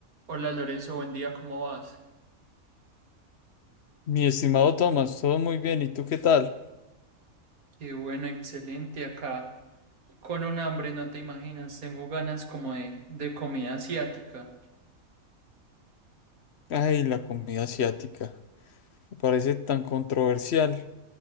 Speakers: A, on the right; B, on the left.
A: Hola Lorenzo, buen día, ¿cómo vas?
B: Mi estimado Tomás, todo muy bien, ¿y tú qué tal?
A: Qué bueno, excelente acá. Con un hambre, no te imaginas, tengo ganas como de, de comida asiática.
B: Ay, la comida asiática, me parece tan controversial.